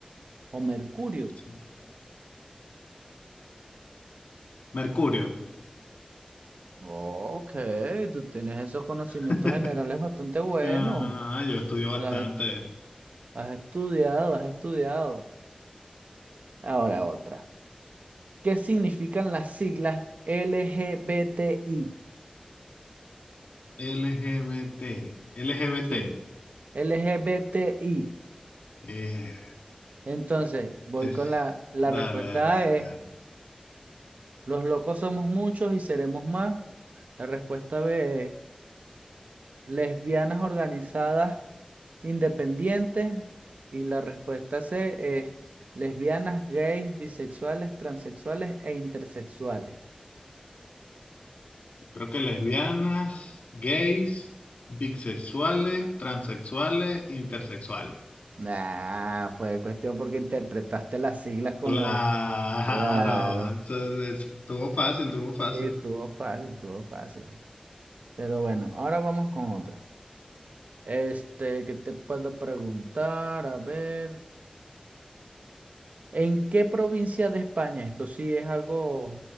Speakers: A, on the right; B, on the left.
A: o Mercurio?
B: Sí. Mercurio.
A: Ok, tú tienes esos conocimientos
B: <laughs>
A: generales bastante buenos.
B: Ah, yo estudio bastante.
A: Las he- has estudiado, has estudiado. Ahora otra. ¿Qué significan las siglas LGBTI?
B: LGBT. LGBT.
A: Sí, LGBTI.
B: eh,
A: Entonces, voy
B: es,
A: con la, la
B: dale,
A: respuesta
B: dale, dale.
A: A es
B: dale.
A: Los locos somos muchos y seremos más. La respuesta B es lesbianas organizadas independientes. Y la respuesta C es lesbianas, gays, bisexuales, transexuales e intersexuales.
B: Creo que lesbianas, gays, bisexuales, transexuales, intersexuales.
A: Nah, fue cuestión porque interpretaste las siglas con
B: Claro.
A: los... Claro.
B: Entonces, es- todo fácil, todo fácil.
A: Sí, estuvo fácil, estuvo fácil. Pero bueno, ahora vamos con otra. Este, ¿qué te puedo preguntar? A ver. ¿En qué provincia de España? Esto sí es algo,